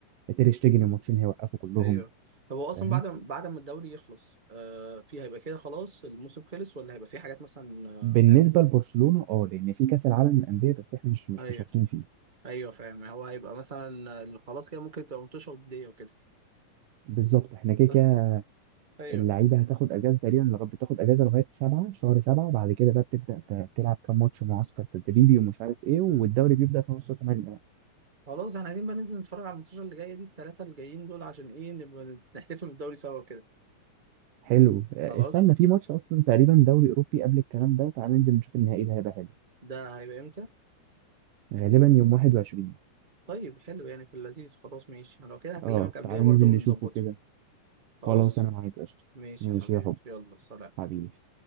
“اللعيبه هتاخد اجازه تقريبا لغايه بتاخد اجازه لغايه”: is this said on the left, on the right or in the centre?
Right